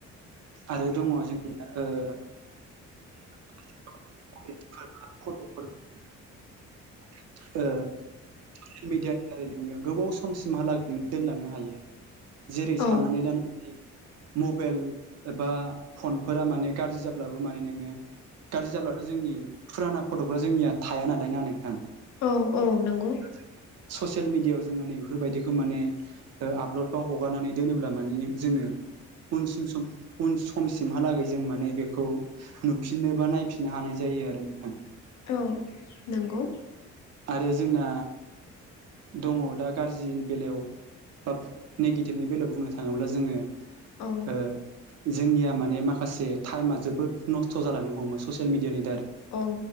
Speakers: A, on the right; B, on the left.
A: आरो दङ जोंनि ओ <inaudible> <inaudible> ससियेल मिडियानि दारै नोङो गोबाव समसिमहालागै नोङो दोनलांनो हायो। जेरै साननानै
B: औ
A: ला नोंनि मबाइल एबा फनफोरा माने गाज्रि जाब्लाबो माने नोङो गाज्रि जाब्लाथ' जोंनि फुराना फट'फ्रा जोंनिया थाया नालाय ना नोंथां?
B: औ औ नंगौ।
A: <inaudible> ससियेल मिडियायाव जोङो नैेफोरबायदिखौ माने आपलड बा हगारनानै दोनोब्ला माने जोङो उनसिम उन समसिमहालागै जों माने बेखौ नुफिननो बा नायफिननो हानाय जायो। जायो आरो नोंथां।
B: औ नंगौ।
A: आरो जोंना दङ दा गाज्रिनि बेलायाव बा नेगेटिभनि बेलायाव बुंनो थाङोब्ला जोङो
B: औ।
A: ओ जोंनिया माने माखासे टाइमा जोबोद नस्थ' जालांनो हमो ससियेल मिडियानि
B: औ